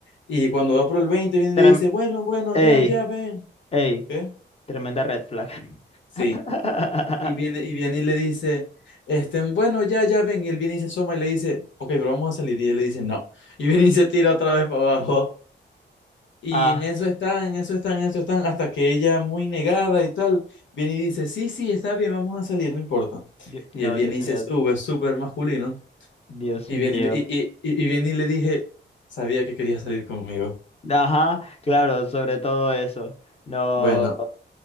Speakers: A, on the left; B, on the left.
A: Y cuando va por el 20 viene
B: Trem-
A: y le dice, bueno, bueno,
B: ey,
A: ya, ya, ven.
B: ey.
A: ¿Qué?
B: Tremenda red flag.
A: Sí.
B: <laughs>
A: Y viene, y viene y le dice, este, bueno, ya, ya, ven. Y él viene y se asoma y le dice, ok, pero vamos a salir. Y él le dice, no. Y viene y se tira otra vez para abajo. Y
B: Ah,
A: en eso están, en eso están, en eso están, hasta que ella, muy negada y tal, viene y dice, sí, sí, está bien, vamos a salir, no importa.
B: Dios-
A: Y
B: no,
A: él viene
B: Dios
A: y
B: mío.
A: se sube, súper masculino.
B: Dios
A: Y
B: mío.
A: viene y, le- y, y, y y viene y le dije, sabía que quería salir conmigo.
B: Ajá, claro, sobre todo eso. No.
A: Bueno,